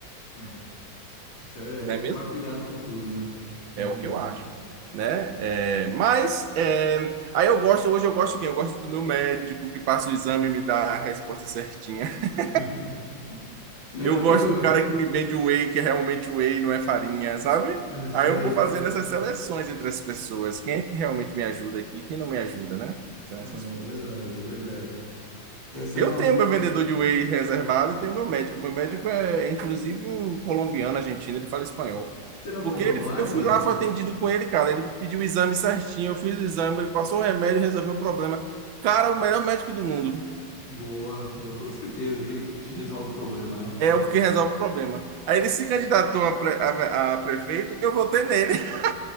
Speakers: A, on the left; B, on the right.
A: É, isso é verdade.
B: não
A: Tem
B: é mesmo?
A: que tomar cuidado com tudo, né? Uhum.
B: É o que eu acho, né? É, mas é, aí eu gosto, hoje eu gosto de quem? Eu gosto do meu médico que passa o exame e me dá a resposta certinha. <laughs>
A: <laughs> Né,
B: Eu
A: Não tem
B: gosto
A: como.
B: do cara que me vende o whey, que é realmente whey, não é farinha, sabe?
A: Você...
B: Aí eu vou fazendo essas seleções entre as pessoas. Quem é que realmente me ajuda aqui, e quem não me ajuda, né? São
A: É
B: essas coisas.
A: é verdade, é verdade. É, Você
B: Eu
A: não,
B: tenho meu vendedor de whey reservado e tenho meu médico. Meu médico
A: é,
B: é, é, inclusive, um colombiano argentino, ele fala espanhol.
A: você não
B: Porque
A: compra
B: ele-
A: online?
B: eu fui lá,
A: É?
B: fui atendido com ele, cara. Ele pediu o exame certinho, eu fiz o exame, ele passou o remédio, resolveu o problema. Cara, o melhor médico do mundo
A: Boa, boa, com certeza. Aquele que te resolve o problema, né?
B: é o que resolve o problema. Aí ele se candidatou a, pre- a- a prefeito, eu votei nele. <laughs>